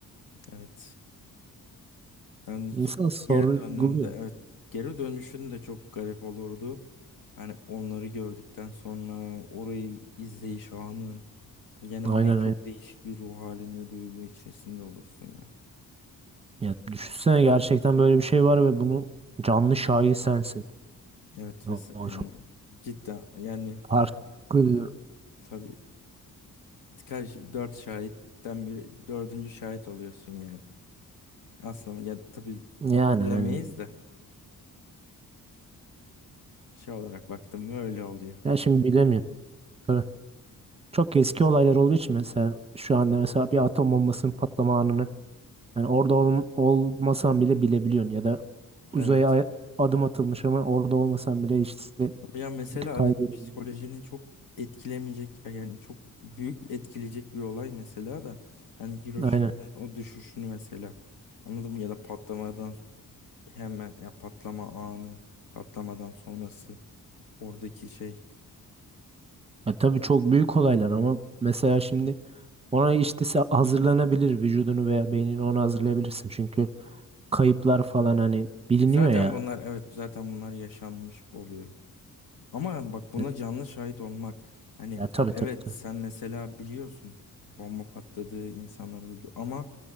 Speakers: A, on the left; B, on the right.
A: Evet. Yani
B: İnsan
A: son-
B: sorguluyor.
A: geri döndüğünde evet geri dönüşün de çok garip olurdu. Hani onları gördükten sonra orayı izleyiş anın Yani
B: Aynen
A: o de çok
B: aynen.
A: değişik bir ruh halinde duygu içerisinde olursun ya.
B: Ya düşünsene gerçekten böyle bir şey var ve bunu canlı şahidi sensin.
A: Evet
B: Ya,
A: ve s- yani
B: çok
A: cidden yani
B: farklı bir durum.
A: tabii kaç dört şahitten bir dördüncü şahit oluyorsun yani. Aslında ya tabii
B: Yani
A: bilemeyiz
B: aynen.
A: de şey olarak baktım mı öyle oluyor.
B: Ya şimdi bilemiyorum. Tabii çok eski olaylar olduğu için mesela şu anda mesela bir atom bombasının patlama anını yani orada ol, olmasan bile bilebiliyorsun ya da
A: Evet.
B: uzaya ay- adım atılmış ama orada olmasan bile işte
A: Ama Ya mesela
B: kaybediyorsun.
A: evet psikolojinin çok etkilemeyecek yani çok büyük etkileyecek bir olay mesela da yani Hiroşima'nın
B: Aynen.
A: o düşüşünü mesela anladın mı ya da patlamadan Hemen ya patlama anı, patlamadan sonrası oradaki şey.
B: Ya tabii çok büyük olaylar ama mesela şimdi ona işte se- hazırlanabilir vücudunu veya beynini ona hazırlayabilirsin. Çünkü kayıplar falan hani biliniyor
A: Ya zaten
B: ya.
A: bunlar evet zaten bunlar yaşanmış oluyor. Ama bak buna
B: Ya,
A: canlı şahit olmak. Hani
B: ya tabii
A: evet
B: tabii tabii.
A: sen mesela biliyorsun bomba patladı, insanlar öldü ama